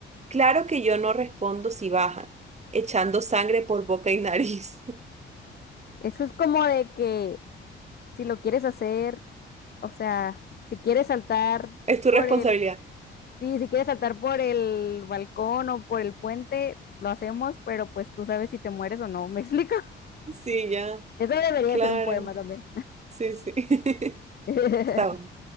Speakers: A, on the right; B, on the left.
A: Claro que yo no respondo si bajan, echando sangre por boca y nariz. <laughs>
B: Eso es como de que si lo quieres hacer, o sea, si quieres saltar
A: Es tu
B: por
A: responsabilidad.
B: el, sí, si quieres saltar por el balcón o por el puente, lo hacemos, pero pues tú sabes si te mueres o no, ¿me explico? <laughs>
A: Sí, ya,
B: Eso debería
A: Clara.
B: ser un poema también.
A: Sí, sí. <laughs>
B: <laughs>
A: Está bueno.